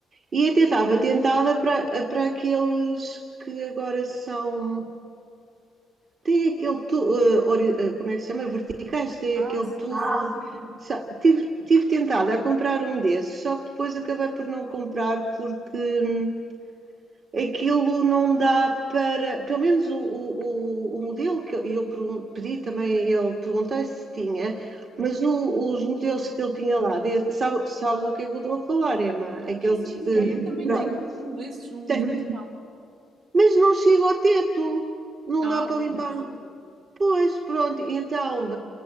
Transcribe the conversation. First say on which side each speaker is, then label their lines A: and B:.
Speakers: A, on the right; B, on the right.
A: E até estava tentada para para aqueles que agora são. Tem aquele tubo, como é que se chama? Verticais, tem
B: Ah,
A: aquele
B: sim,
A: tubo. Ah,
B: sim.
A: Sa- Tive, tive tentada a comprar um desses, só que depois acabei por não comprar porque hum, aquilo não dá para. Pelo menos o, o, o modelo que eu, eu pedi também, ele perguntei se tinha, mas o- os modelos que ele tinha lá, de- sabe- sabes o que é que eu estou a falar, Emma? Aqueles
B: Sim, sim,
A: que.
B: sei. Eu também
A: pronto,
B: tenho um, um desses, um
A: tem-
B: vertical.
A: mas não chega ao teto, não
B: Ah,
A: dá para limpar.
B: pois.
A: Pois, pronto, então.